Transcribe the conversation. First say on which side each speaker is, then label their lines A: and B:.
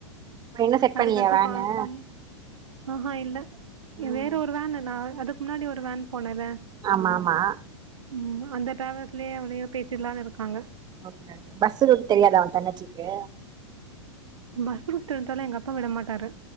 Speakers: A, on the right; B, on the right.
A: இப்ப என்ன செட்
B: அதுக்கடுத்து
A: பண்ணியா வேனு
B: பாலு புளி ஆஹா இல்ல
A: ம்
B: வேற ஒரு வேனு நா அதுக்கு முன்னாடி ஒரு வேன் போனேல
A: ஆமாமா
B: ம் அந்த டிரவல்ஸ்லயே அவ்வளயு பேசிடலான்னு இருக்காங்க
A: ஓகே ஓகே பஸ்சு ரூட் தெரியாதா அவ தங்கச்சிகு
B: பஸ் ரூட் தெரிஞ்சாலு எங்க அப்பா விட மாட்டாரு